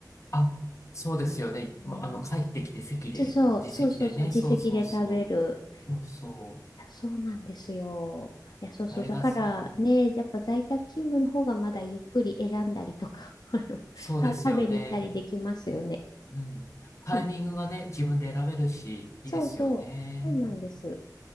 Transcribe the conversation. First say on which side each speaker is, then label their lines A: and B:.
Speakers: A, on the left; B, on the left.
A: あ、そうですよね。
B: うん、
A: まあ、あの、帰ってきて席で、
B: そうそう、
A: 自席でね。
B: そうそうそう、自席で食べる。
A: そうそうそう。そうそう。
B: いや、そうなんですよ。いや、そうそう。
A: あれがうん
B: だからね、やっぱ在宅勤務の方がまだゆっくり選んだりとか、<laughs> あの、
A: そうですよね。
B: た、食べに行ったりできますよね。
A: うん。タイミングがね、
B: うん。
A: 自分で選べるし、いいですよね。
B: そうそう。そうなんです。